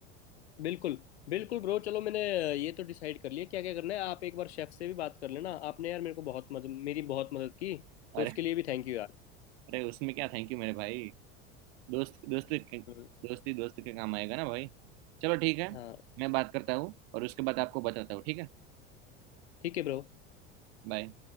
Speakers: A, on the left; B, on the right.
A: बिल्कुल बिल्कुल ब्रो चलो मैंने ये तो डिसाइड कर लिया क्या क्या करना है आप एक बार शेफ से भी बात कर लेना आपने यार मेरे को बहुत मदद मेरी बहुत मदद की तो
B: अरे
A: उसके लिए भी थैंक यू यार
B: अरे उसमें क्या थैंक यू मेरे भाई दोस्त दोस्त
A: हम्म,
B: दोस्ती दोस्त के काम आएगा ना भाई चलो ठीक है
A: हाँ
B: मैं बात करता हूँ और उसके बाद आपको बताता हूँ ठीक है
A: ठीक है ब्रो
B: बाय